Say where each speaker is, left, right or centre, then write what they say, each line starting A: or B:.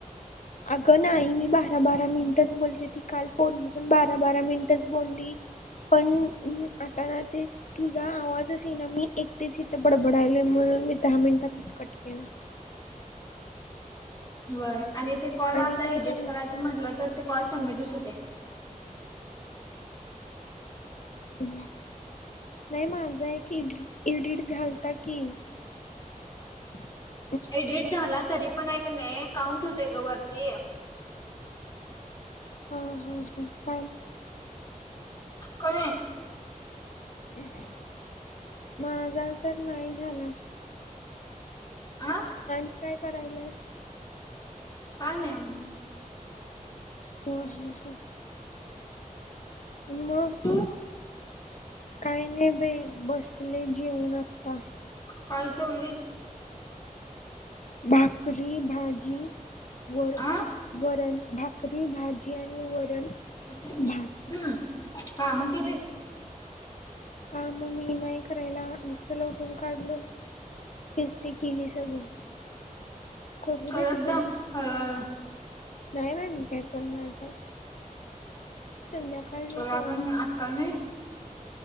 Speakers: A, on the left; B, on the left.
A: अगं नाही मी बारा बारा मिनिटच बोलते ती काल पोरगी पन बारा बा बारा मिनिटच बोलली. पण आता ना ते तुझा आवाजच ये ना मी एकटेच इथं बडबडायलोय म्हनु मी दहा मिनिटातच कट केला.
B: बय आणि ते कॉल
A: आणि
B: आता
A: काय
B: एडिट
A: कराय
B: करायचं म्हटलं तर ते कॉल सबमिटच होते.
A: हो नाही माझा एकड एडिट झालता की.. रिकामा ऑडिओ
B: एडिट झालाय तरी पण हाय कीं नाही काउंट होतय ग वरती.
A: हा हा हा काय?
B: का?
A: रिकामा ऑडिओ माझा तर नाही झाला
B: आ
A: <unintelligible> काय करायलास?
B: काय नाहीं आम
A: हम्. मग.
B: तू
A: काही नाही बाई बसले जेऊन आता.
B: काय जेवलीस?
A: भाकरी भाजी वर
B: आ
A: वरण भाकरी भाजी. आणि वरण
B: हम्म
A: भात.
B: काम केलेस?
A: का मग मी नाही करायला नुसतं ल उठून काढलो. इती किली सगळ. कर
B: करत
A: द ती पण
B: जा हळूहळू
A: नाही बा मी काय. <unintelligible>
B: तरआपण
A: तेवढी
B: आजकाल नाही.